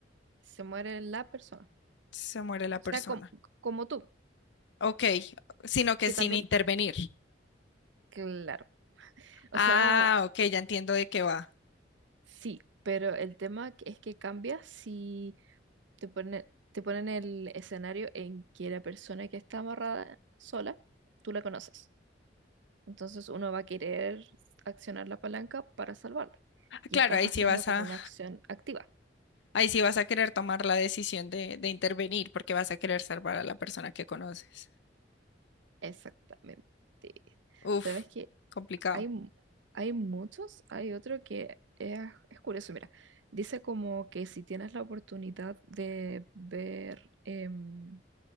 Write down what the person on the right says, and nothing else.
se muere la persona.
O
sea, como, como tú,
que
también,
claro. O
sea,
Sí, pero el tema que- es que cambia si te ponen, te ponen el escenario en que la persona que está amarrada sola, tú la conoces. Entonces uno va a querer accionar la palanca para salvarla.
Y
estás
haciendo
como
una acción activa.
Exactamente.
¿Sabes que
Hay, mu- hay muchos, hay otro que es, es curioso. Mira, dice como que si tienes la oportunidad de ver... em,